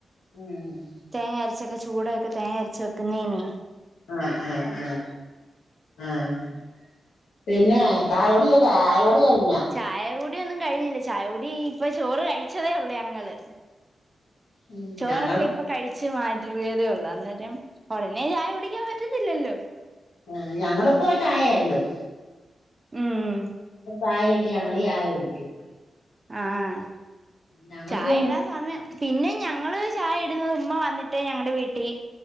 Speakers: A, on the left; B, on the right.
A: ഉം
B: തേങ്ങ അരച്ചൊക്കെ ചൂടൊക്കെ തേങ്ങ അരച്ചൊക്കെ നീനി
A: ആഹ ആഹ ആഹ ഉ പിന്നെ ചായകുടികൊ ചായകുടിയായി
B: ചായകുടി ഒന്നും കഴിഞ്ഞില്ലേ ചായകൂടി ഇപ്പൊ ചോറ് കഴിച്ചതേഉള്ളൂ ഞങ്ങള്
A: ഉം
B: ചോറൊക്കെ
A: ഞങ്ങൾ
B: ഇപ്പൊ കഴിച്ചു ചെറിയതേ ഉള്ളൂ അന്നേരം ഉടനെ ചായ കുടിക്കാൻ പറ്റത്തില്ലല്ലോ
A: ആ ഞങ്ങളേപ്പം ചായ ഇടും
B: ഉം
A: ചയായിട്ട് ഞങ്ങള് ചായ കുടിക്കും
B: ആഹ
A: ഞങ്ങക്ക്
B: ചായ ഇടാൻ സമയം പിന്നെ ഞങ്ങള് ചായ ഇടുന്നത് ഉമ്മ വന്നിട്ട് ഞങ്ങളടെ വീട്ടിൽ